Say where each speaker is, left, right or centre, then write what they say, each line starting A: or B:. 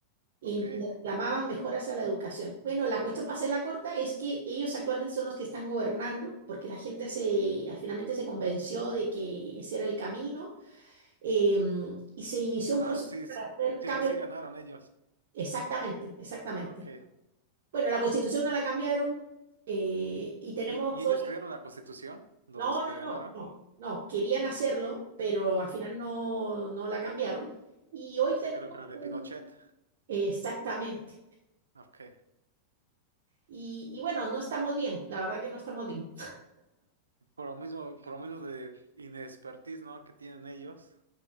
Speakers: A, on the right (about 55°); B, on the right (about 75°).
A: eh,
B: Ok.
A: le reclamaban mejoras a la educación. Bueno, la cuestión para la corta es que ellos actualmente son los que están gobernando, porque la gente se, al finalmente se convenció de que ese era el camino em, y se inició un
B: Ah,
A: proceso
B: sí, s-
A: para hacer
B: siempre
A: cambios.
B: sí ganaron ellos.
A: Exactamente, exactamente.
B: Ok.
A: Bueno, la constitución no la cambiaron eh, y tenemos
B: ¿Y, y ellos
A: hoy...
B: crearon la constitución? Los
A: No,
B: que
A: no,
B: ganaron.
A: no, no, no, querían hacerlo, pero al final no, no la cambiaron. Y hoy
B: Y se
A: tenemos
B: creó con la de
A: un-
B: Pinochet.
A: Exactamente.
B: Ok.
A: Y, y bueno, no estamos bien, la verdad que no estamos bien.
B: Por lo mismo, por lo mismo de inexpertise, ¿no? que tienen ellos.